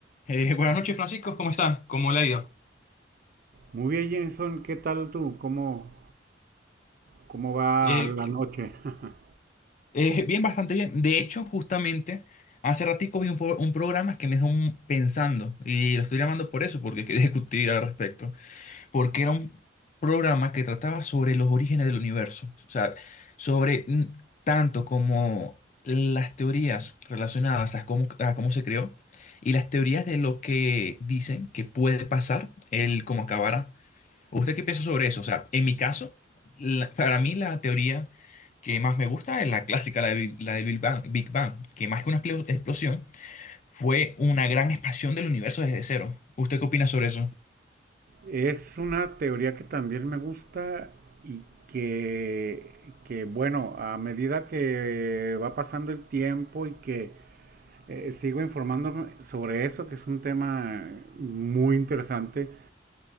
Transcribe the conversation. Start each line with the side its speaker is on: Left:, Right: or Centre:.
Left: Eh, buenas noches, Francisco, ¿cómo está? ¿Cómo le ha ido?
Right: Muy bien, Jenson, ¿qué tal tú? ¿Cómo, cómo va
Left: Eh,
Right: la noche? <laughs>
Left: eh, bien, bastante bien. De hecho, justamente, hace ratico vi un, po- un programa que me dejó un- pensando y lo estoy llamando por eso, porque quería <laughs> discutir al respecto, porque era un programa que trataba sobre los orígenes del universo, o sea, sobre mm, tanto como las teorías relacionadas a cómo, a cómo se creó y las teorías de lo que dicen que puede pasar, el cómo acabará. ¿Usted qué piensa sobre eso? O sea, en mi caso, la- para mí la teoría que más me gusta es la clásica, la, de Bi- la del Big Bang, Big Bang, que más que una explo- explosión, fue una gran expansión del universo desde cero. ¿Usted qué opina sobre eso?
Right: Es una teoría que también me gusta y que, que bueno, a medida que va pasando el tiempo y que eh, sigo informándome sobre eso, que es un tema muy interesante,